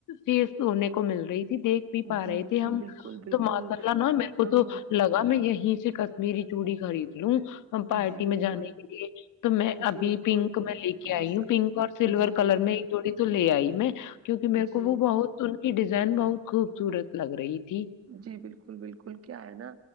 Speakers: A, on the left; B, on the right.
A: فس ہونے کو مل رہی تھی دیکھ بھی پا
B: جی
A: رہے تھے ہم
B: جی بالکل بالکل
A: تو ماشاءلہ نہ میرے کو
B: ہاں
A: تو لگ میں یہیں سے کشمیری چوڑی خرید لوں ہم پارٹی
B: جی بالکل
A: میں جانے کے لیے تو میں ابھی
B: جی بالکل
A: پنک میں لے کے
B: بہت
A: آئی
B: سا
A: ہوں پنک اور سلور
B: جی
A: کلر میں ایک جوڑی تو لے آئی میں کیوںکہ میرے کو
B: جی
A: وہ بہت ان کی ڈیزائن بہت خوبصورت لگ رہی تھی
B: جی بالکل بالکل کیا ہے نا